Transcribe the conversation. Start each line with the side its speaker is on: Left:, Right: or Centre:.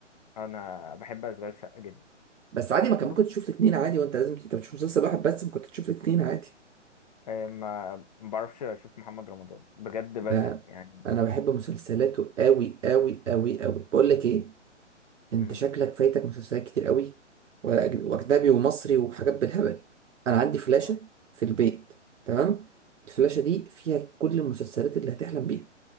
Left: انا بحب اشغال شقه جدا
Right: بس عادي ما كان
Left: بص
Right: ممكن تشوف الاثنين عادي وانت لازم ت- انت مش مسلسل واحد بس ممكن تشوف الاثنين عادي
Left: آه، ما ما بعرفش اشوف محمد رمضان بجد بزهق
Right: ده
Left: يعني
Right: انا بحب مسلسلاته قوي قوي قوي قوي بقول لك ايه انت
Left: مم.
Right: شكلك فايتك مسلسلات كتير قوي وأج- واجنبي ومصري وحاجات بالهبل انا عندي فلاشه
Left: اه
Right: في البيت تمام الفلاشه دي فيها كل المسلسلات اللي هتحلم بيها